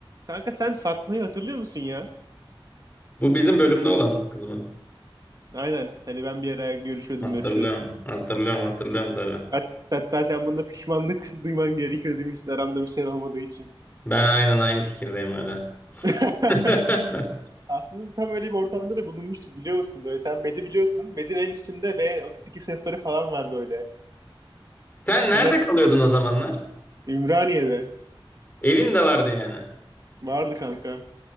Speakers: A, on the right (about 40°); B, on the left (about 20°).
A: Kanka sen Fatma'yı hatırlıyor musun ya?
B: Bu bizim bölümde olan kız mı?
A: Aynen. Hani ben bir ara görüşüyordum,
B: Hatırlıyorum.
A: görüşüyordum.
B: Hatırlıyorum hatırlıyorum tabii.
A: Hat- Hatta sen bana pişmanlık <laughs> duyman gerekiyor demiştin aramda bir şey olmadığı için.
B: Ben aynen aynı fikirdeyim hala.
A: <laughs>
B: <laughs>
A: Aslında tam öyle bir ortamda da bulunmuştuk biliyor musun? Böyle sen Medi biliyorsun. Medi'nin en üstünde ve 32 sıfırı falan var böyle.
B: Sen nerede
A: Bir yer
B: kalıyordun o zamanlar?
A: Ümraniye'de.
B: Evin de vardı yani.
A: Vardı kanka.